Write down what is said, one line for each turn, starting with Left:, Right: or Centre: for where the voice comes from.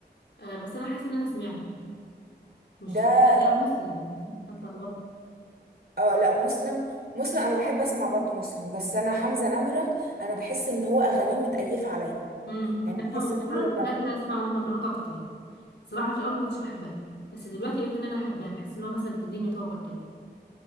Left: آه بس انا حاسه ان انا سمعته مش
Right: ده
Left: ده مسلم اتلخبطت
Right: اه لا مسلم مسلم انا بحب اسمع برضو مسلم بس انا حمزة نمرة انا بحس ان هو اغانيه متأيفة عليا
Left: امم
Right: يعني
Left: انت عارفه
Right: بحس
Left: مؤخرا
Right: ان انا لما
Left: بدات ان
Right: ب-
Left: انا اسمع مهرجانات اكتر صراحه في الاول ما كنتش بحبها بس دلوقتي بقيت ان انا احبها بحس ان هو مثلا بتديني طاقه كده